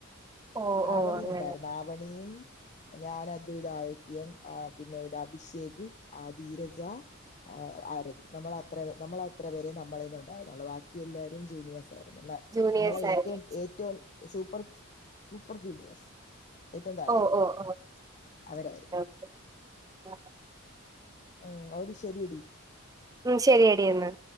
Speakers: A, on the right; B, on the left.
A: ഓ
B: ആവണിയൊണ്ടാര്ന്ന്
A: ഓ അങ്ങനെ
B: ആവണിയും ഞാൻ അദ്വൈതാദിത്യേം ആഹ് പിന്നെ ഒരു അഭിഷേക് ആഹ് ധീരജ ആഹ് ആരതി നമ്മളത്ര നമ്മളത്ര പേരെ നമ്മളയ്ന്നൊണ്ടാര്ന്നൊള്ളൂ ബാക്കി എല്ലാരും ജൂനിയേഴ്സാര്ന്നു ന
A: ജൂനിയേഴ്സ്
B: നമ്മളെ
A: ആയി
B: ഏറ്റവും ഏറ്റവും സൂപ്പർ സൂപ്പർ ജൂനിയേഴ്സ്. ഏറ്റോം താഴെയൊള്ളോര്
A: ഓ ഓ ഓ
B: അവരാരുന്നു.
A: <inaudible>
B: ഉം <unintelligible> ശെരി എടി
A: ഉം ശരി എടി എന്നാ